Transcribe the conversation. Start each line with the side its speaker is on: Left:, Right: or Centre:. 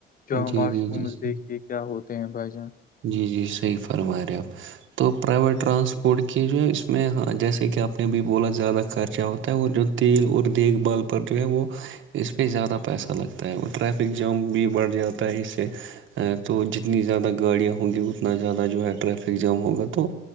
Left: جواں
Right: جی
Left: واش
Right: جی
Left: رومز
Right: جی
Left: دیکھے کیا ہوتے ہیں بھائی جان
Right: جی جی صحیح فرما رہے ہیں آپ تو پرائیویٹ ٹرانسپورٹ کی جو ہے اس میں ہاں جیسے کہ آپ نے بھی بولا زیادہ خر خا ہوتا ہے اور جو تیل اور دیکھ بھال پر جو ہے وہ اس پہ زیادہ پیسہ لگتا ہے اور ٹریفک جام بھی بڑھ جاتا پر اس سے تو جتنی زیادہ گاڑیاں ہوں گی اتنا زیادہ جو ہے ٹریفک جام ہوگا تو